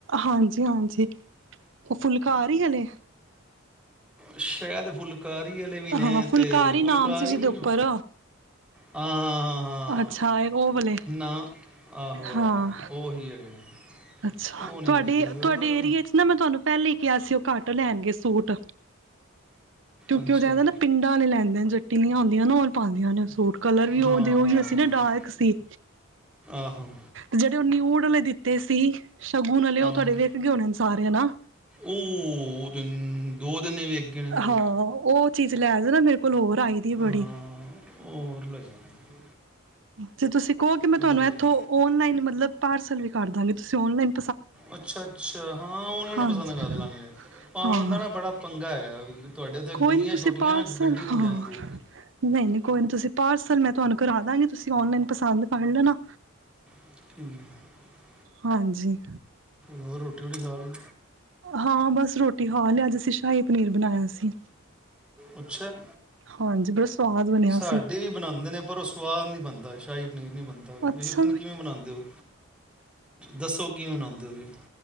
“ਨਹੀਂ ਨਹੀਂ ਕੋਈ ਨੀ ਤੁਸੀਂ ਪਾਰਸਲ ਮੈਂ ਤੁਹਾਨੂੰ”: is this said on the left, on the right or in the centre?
Right